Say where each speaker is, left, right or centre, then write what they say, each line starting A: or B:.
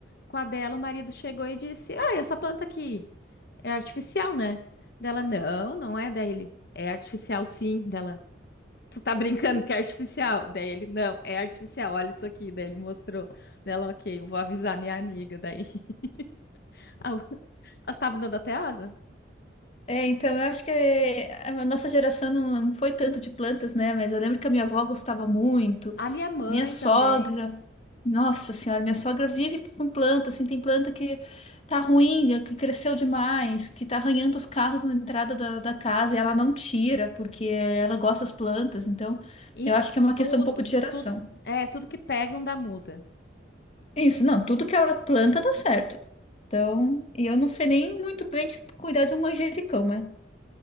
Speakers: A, on the left; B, on the left.
A: com a dela, o marido chegou e disse: Ah, essa planta aqui é artificial, né? Dela, não, não é. Daí ele, é artificial sim. Dela, tu tá brincando que é artificial? Daí ele, não, é artificial, olha isso aqui. Daí ele mostrou. Dela, ok, eu vou avisar minha amiga. Daí, <laughs> Ah, elas estavam dando até água.
B: É, então eu acho que é, a nossa geração não não foi tanto de plantas, né? Mas eu lembro que a minha avó gostava muito,
A: A minha mãe
B: minha sogra,
A: também.
B: nossa senhora, minha sogra vive com planta, assim, tem planta que tá ruim, que cresceu demais, que tá arranhando os carros na entrada da, da casa e ela não tira, porque ela gosta das plantas, então
A: E
B: eu acho que é uma
A: tudo,
B: questão um pouco de geração.
A: tudo, é, tudo que pegam dá muda.
B: Isso, não, tudo que ela planta dá certo. Então, e eu não sei nem muito bem, tipo, cuidar de um manjericão, mas